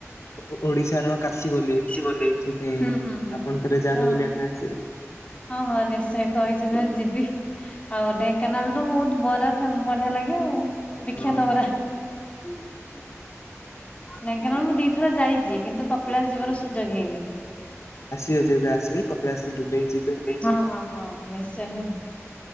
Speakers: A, on the left (about 65°); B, on the left (about 25°).
A: ଓ ଓଡ଼ିଶାର କାଶୀ ବୋଲି
B: ହୁଁ
A: ସେଥିପାଇଁ
B: ହୁଁ ହୁଁ
A: ଆପଣ ଥରେ ଯାହେଲେ
B: ହଁ
A: ବୁଲିବା ପାଇଁ ଆସିବେ।
B: ହଁ ହଁ ନିଶ୍ଚୟ କହିଚନ୍ତି ମାନେ ଯିବି। ଆଉ ଢ଼େଙ୍କାନାଳୁ ବୋହୁତ ବରା ଫେମ୍ ବଢ଼ିଆ ଲାଗେ ଆଉ ବିଖ୍ୟାତ
A: ହଁ।
B: ବରା। <inaudible> ହୁଁ ହୁଁ ନେଙ୍କାନାଳୁ ମୁଁ ଦି ଥର ଯାଇଚି କିନ୍ତୁ କପିଳାସ ଯିବାର ସୁଯୋଗ ହେଇନି।
A: ଆସିବେ ଯେବେ ଆସିବେ କପିଳାଶ ବୁଲି ଯିବେ।
B: ହଁ ହଁ ହଁ ନିଶ୍ଚୟ ହେଁ।